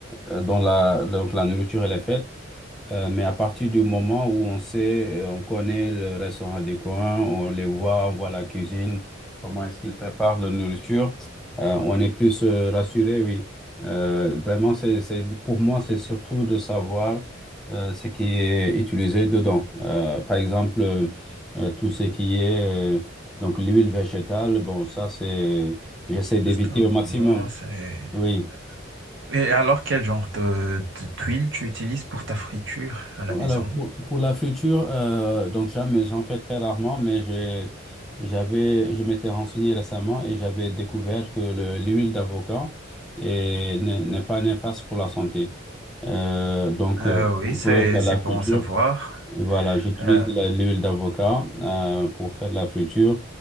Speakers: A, in the centre; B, on the right (about 65°).
A: dont la donc la nourriture elle est faite. Euh, mais à partir du moment où on sait, euh, on connaît le restaurant du coin, on les voit, on voit la cuisine, comment est-ce qu'ils préparent leur nourriture, euh, on est plus euh, rassuré, oui. Euh, vraiment, c'est, c'est, pour moi, c'est surtout de savoir euh, ce qui est utilisé dedans. Euh, par exemple, euh, euh, tout ce qui est euh, donc l'huile végétale, bon, ça, c'est, j'essaie d'éviter
B: justement,
A: au maximum.
B: c'est.
A: Oui.
B: Et alors, quel genre de, de tuile tu utilises pour ta friture à la maison?
A: Alors, pour, pour la friture, euh, donc jamais, j'en fais très rarement, mais j'ai, j'avais, je m'étais renseigné récemment et j'avais découvert que le- l'huile d'avocat est- n'est n'est pas néfaste pour la santé. Euh, donc,
B: Euh,
A: euh,
B: oui,
A: on
B: c'est
A: peut faire
B: c'est
A: la
B: bon
A: friture.
B: à savoir.
A: Voilà, j'utilise
B: Euh,
A: la- l'huile d'avocat euh, pour faire la friture.